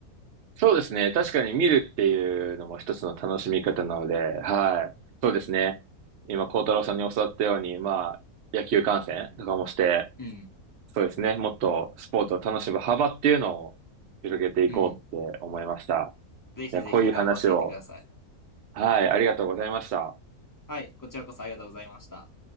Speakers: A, on the right; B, on the left.
A: そうですね。確かに見るっていうのも一つの楽しみ方なので、はい。
B: うん。
A: そうですね。今、孝太郎さんに教わったように、まあ、野球観戦とかもして、
B: うん。
A: そうですね。もっとスポーツを楽しむ幅っていうのを広げていこうって思いました。
B: うん。ぜひぜひ頑張っていってください。
A: いや、濃い話を、はい、ありがとうございました。
B: はい。こちらこそありがとうございました。